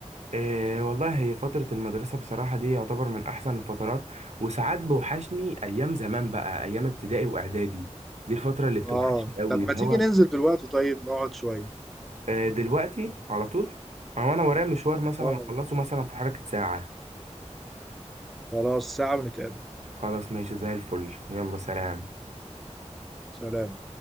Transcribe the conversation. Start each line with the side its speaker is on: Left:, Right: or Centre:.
Right: إيه والله هي فترة المدرسة بصراحة دي يعتبر من احسن الفترات وساعات بوحشني ايام زمان بقى ايام ابتدائي واعدادي دي الفترة اللي بتوحشني
Centre: اه
Right: قوي
Centre: طب
Right: اللي
Centre: ما تيجي
Right: هو
Centre: ننزل دلوقتي طيب نقعد شويه
Right: آه، دلوقتي على طول او انا ورايا مشوار مثلا
Centre: اه
Right: اخلصه مثلا في حركة ساعة
Centre: خلاص ساعه ونتقابل
Right: خلاص ماشي زي الفل يلا سلام
Centre: سلام